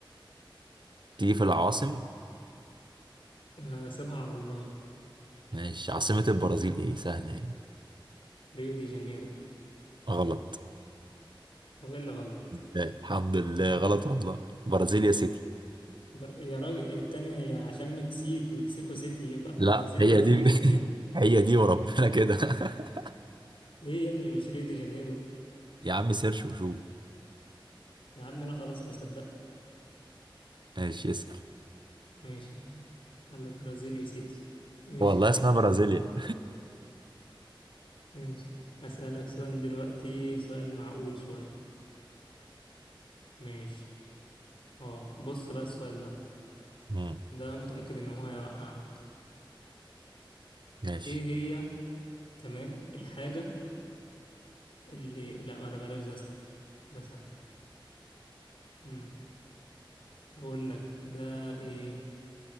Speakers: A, on the right; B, on the left.
A: تيجي في العواصم
B: آه، سيبها على الله
A: ماشي عاصمه البرازيل ايه سهله ايه
B: ريو دي جانيرو
A: غلط
B: هو ايه اللي غلط
A: لا، الحمد لله غلط والله برازيليا سيتي
B: بر... يا راجل التانية هي عشان مكسيك مكسيكو سيتي يبقى البرازيل
A: لا هي
B: برازيلي
A: دي
B: سيتي
A: <laughs> هي دي وربنا كده <laughs>
B: ليه يا ابني مش ريو دي جانيرو
A: يا عم سيرش وشوف
B: يا عم انا خلاص مصدق
A: ماشي اسال
B: ماشي يا عم قال لك برازيليو سيتي ماشي
A: والله
B: <laughs>
A: اسمها برازيليا
B: ماشي أسألك سؤال دلوقتي سؤال معقول شوية ماشي اه بص بقى السؤال ده
A: مم،
B: ده متأكد ان هو هيوقعك
A: ماشي
B: ايه هي تمام الحاجة اللي لا ولا بلاش ده سهل ده سهل امم هقول لك ده ايه